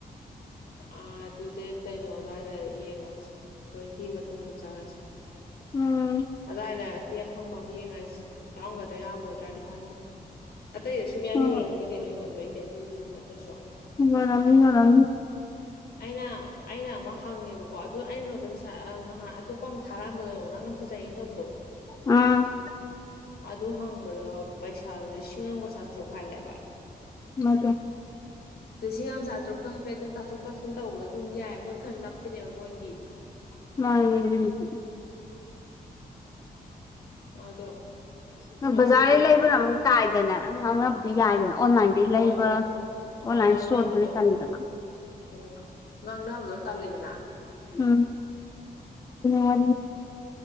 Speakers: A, on the left; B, on the left.
A: ꯑꯥ ꯑꯗꯨ ꯗ ꯀꯩꯅꯣ ꯑꯗꯨꯋꯥꯏꯗ ꯌꯦꯡꯉꯁꯤ ꯇ꯭ꯋꯦꯟꯇꯤ ꯃꯇꯨꯡꯗ ꯆꯠꯂꯁꯤ
B: ꯎꯝ
A: ꯑꯗꯨꯏꯗ ꯀ ꯑꯐꯪꯕ ꯑꯃ ꯌꯦꯡꯉꯁꯤ ꯌꯥꯎꯔꯝꯒꯗ꯭ꯔꯥ ꯌꯥꯔꯝꯃꯣꯏꯗ꯭ꯔꯗꯤ ꯈꯪꯗꯦ ꯑꯇꯩ ꯑꯁꯨ ꯃꯌꯥꯝ
B: ꯍꯣꯏ
A: ꯌꯣꯜꯂꯝꯕꯅꯤ ꯀꯩꯅꯣ ꯌꯣꯟꯕꯩꯗꯤ ꯑꯗꯨꯕꯨ ꯅꯠꯇ꯭ꯔꯁꯨ
B: ꯌꯣꯂꯝꯅꯤ ꯌꯣꯂꯝꯅꯤ
A: ꯑꯩꯅ ꯑꯩꯅ ꯑꯃ ꯍꯪꯉꯦꯕꯀꯣ ꯑꯗꯨ ꯑꯩꯩꯅꯣꯟꯗ ꯉꯁꯥꯏ ꯉꯍꯥꯟ ꯑꯇꯣꯞꯄ ꯑꯃ ꯊꯥꯔꯛꯑꯝꯕꯗꯣ ꯅꯪꯅ ꯐꯖꯌꯦꯩꯅ ꯇꯧꯕꯗꯣ
B: ꯎꯝ
A: ꯑꯗꯨ ꯍꯪꯕꯗꯣ ꯄꯩꯁꯥꯗꯣ ꯂꯤꯁꯤꯡ ꯑꯃꯒ ꯆꯥꯇ꯭ꯔꯨꯛ ꯍꯥꯏꯔꯛꯑꯦꯕ
B: <unintelligible>
A: ꯂꯤꯁꯤꯡ ꯑꯃ ꯆꯥꯇꯔꯨꯛꯇꯣ ꯍꯥꯏꯐꯦꯠ ꯑꯗꯨꯝ ꯇꯥꯊꯣꯛ ꯇꯥꯁꯤꯟ ꯇꯧꯕꯗ ꯑꯗꯨꯝ ꯌꯥꯏ ꯃꯣꯏ ꯈꯔ ꯅꯞꯄꯤꯅꯦꯕ ꯃꯣꯏꯒꯤ
B: <unintelligible>
A: ꯑꯗꯣ
B: ꯪ
A: ꯑꯗꯨꯗꯣ
B: ꯕꯖꯥꯔꯗꯩ ꯂꯩꯕꯅ ꯑꯃꯨꯛ ꯇꯥꯏꯗꯅ ꯅꯪ ꯉꯥꯡꯅꯕꯗꯤ ꯌꯥꯏꯗꯅ ꯑꯣꯟꯂꯥꯏꯟꯗꯩ
A: ꯍꯣꯏ
B: ꯂꯩꯕ ꯑꯣꯟꯂꯥꯏꯟ
A: ꯍꯣꯏ ꯉꯥꯡꯅꯕꯗꯣ
B: ꯁꯇꯣꯔꯗꯗꯤ ꯆꯅꯤꯗꯅ
A: ꯎꯝ ꯉꯥꯡꯅꯕꯗꯣ ꯇꯜꯂꯤꯗꯅ
B: ꯎꯝ ꯃ